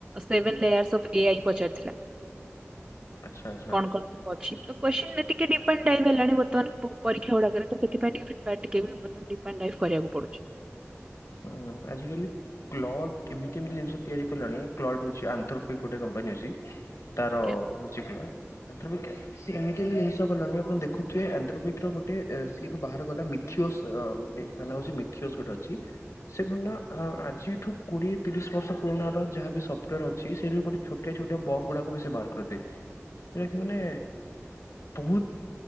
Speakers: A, on the right; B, on the left.
A: ସେ ଲେୟାର୍ସ ଅଫ୍ ଏ ଆଇ ପଚାରିଥିଲା।
B: ଆଚ୍ଛା ଆଚ୍ଛା
A: କଣ କଣ ସବୁ ଅଛି ତ କ୍କ୍ୱେଶ୍ଚିନ ଏତିକି ଡିପେଣ୍ଡ ଟାଇପ ହେଇଗଲାଣି ବର୍ତ୍ତମାନ ପରୀକ୍ଷା ଗୁଡାକରେ ତ ସେଥିପାଇଁ ଟେ ଫ ଟିକେ ବିତଡିପଣ୍ଡ୍ରାଇ୍ କରିବାକୁ ପଡୁଛି <inaudible>
B: ହୁଁ ଆଜିକାଲି କ୍ଲଟ ଏମିତି ଏମତି ଜିନିଷ ତିଆରି କଲାଣି କ୍ଲଟ୍ ହଉଛି ଆନ୍ଥରପିକ ଗୋଟେ କମ୍ପାନୀ ଅଛି। ତାର
A: ଆଜ୍ଞା
B: ହଉଚ <inaudible> ସିଏ ଏମିତି ଏମିତି ଜିନିଷ ଗଲାଣି ଆପଣ ଦେଖୁଥିବେ ଆନ୍ଧ୍ରପିକ ର ଗୋଟେ ସିଏଠୁ ବାହାର ଗଲା ମିଥିଓ ତା ନା ହେଉଛି ମିଥିଅସ ଗୋଟେ ଅଛି। ସେ କଣ ନା ଆଜିଠୁ କୋଡିଏ ତିରିଶ ବର୍ଷ ପୁରୁଣ ର ଯାହାବ ବି ସଫ୍ଟୋର ଅଛି ସେଠୀ ଗୋଟେ ଛୋଟିଆ ଛୋଟ ବକ ଗୁଡାକୁ ବି ସେ ବାହାର କରିଦିଏ ସେଟା କି ମାନେ ବହୁତ